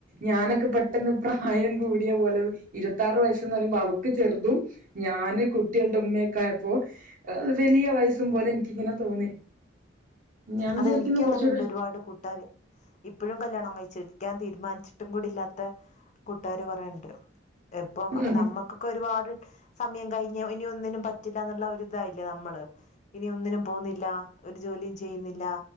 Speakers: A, on the right (about 45°); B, on the left (about 40°).
A: ഞാനെക്ക പെട്ടെന്ന് പ്രായം കൂടിയ പോലെ ഇരുത്താറ് വയസ്ന്ന് പറയുമ്പോ അവക്ക് ചെറുതും ഞാന് കുട്ടികൾടെ ഇമ്മയക്കായപ്പോ വെലിയ വയസ്സും പോലെ എനിക്കിങ്ങനെ തോന്നി ഞാൻ
B: അതെനിക്കു
A: വിചാരിക്കുന്നു
B: അങ്ങന്ണ്ട്
A: കുറച്ചൂടെ
B: ഒരുപാട് കൂട്ടാര് ഇപ്പഴും കല്യാണം കഴിച്ചിരിക്കാൻ തീരുമാനിച്ചിട്ടും കൂടി ഇല്ലാത്ത കൂട്ടുകാര് കൊറേണ്ട്. എപ്പം അപ്പ
A: ഉം
B: നമ്മക്ക് ക്ക ഒരുപാട് സമയം കഴിഞ്ഞ് ഇനി ഒന്നിനും പറ്റില്ലാന്ന്ള്ള ഒരിതായില്ലെ നമ്മള് ഇനി ഒന്നിനും പോവുന്നില്ല ഒര് ജോലിയും ചെയ്യുന്നില്ല